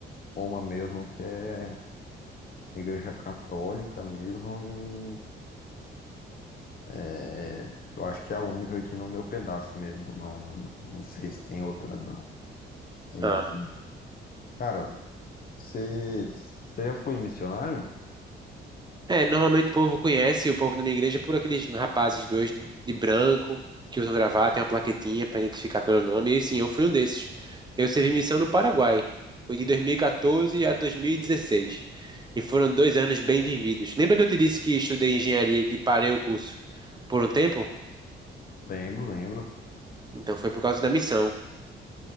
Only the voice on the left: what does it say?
uma mesmo, que é igreja católica mesmo. E é, eu acho que é a única aqui no meu pedaço mesmo. Não, não sei se tem outra, não. E,
cara. Você você já foi missionário?
Lembro, lembro.